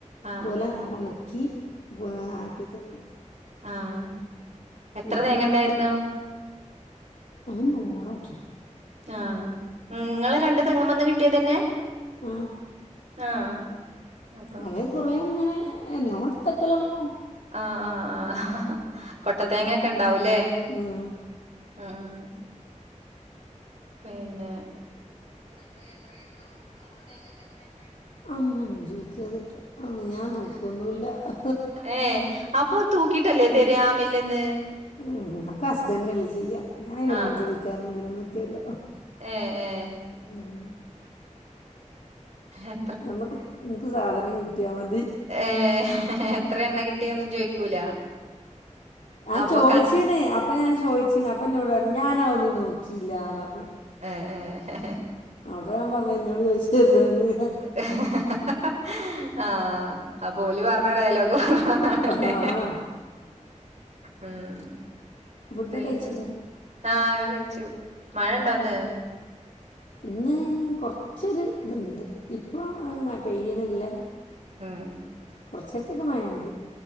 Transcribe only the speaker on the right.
ആഹ്
ആഹ്
ആഹ് എത്ര
തേങ്ങ ഉണ്ടായിരുന്നു
ആഹ് ഉം ങ്ങളെ രണ്ട് തെങ്ങുമന്ന് കിട്ടിയതന്നെ
ആഹ് അപ്പൊ
ആഹ് ആഹ് കൊട്ടത്തേങ്ങൊക്കെ ഉണ്ടാവൂല്ലേ
ഉം പിന്നെ
ഏഹ് അപ്പൊ
തരാ
മില്ല്ന്ന്
ആഹ് ആഹ്
ഏഹ് ഏഹ്
ഹേ
ഏഹ്. എത്ര എണ്ണേ കിട്ടിയന്നും ചോയ്ക്കൂല..
അപ്പൊ
കൻ
ഏഹ് ഏഹ്
<unintelligible> ആഹ്. അപ്പൊ. ഓല് പറഞ്ഞ ഡയലോഗ് പറഞ്ഞണല്ലേ..
ഉം
പിന്നെ
ആ കെ. കഴിച്ചു മഴ ഇണ്ടോ ഒന്ന്.
ഉം